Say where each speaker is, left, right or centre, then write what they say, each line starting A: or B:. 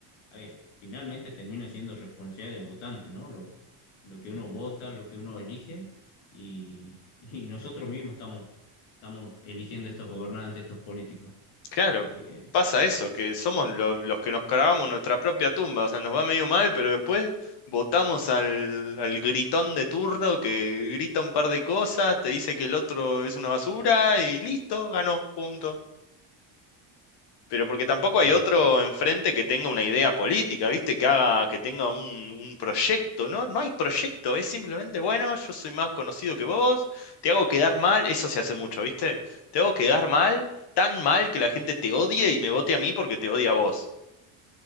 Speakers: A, on the left; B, on the left.
A: a ver, finalmente termina siendo responsabilidad del votante, ¿no? Lo, lo que uno vota, lo que uno elige, y, y nosotros mismos estamos estamos eligiendo estos gobernantes, estos políticos.
B: Claro,
A: Así que,
B: pasa eso, que somos lo- los que nos cavamos nuestra propia tumba, o sea, nos va medio mal, pero después votamos al, al gritón de turno que grita un par de cosas, te dice que el otro es una basura y listo, ganó, punto. Pero porque tampoco
A: tal
B: hay
A: cual.
B: otro enfrente que tenga una idea política, ¿viste? Que haga, que tenga un, un proyecto, ¿no? No hay proyecto, es simplemente, bueno, yo soy más conocido que vos, te hago quedar mal, eso se hace mucho, ¿viste? Te hago quedar mal, tan mal que la gente te odie y me vote a mí porque te odia a vos.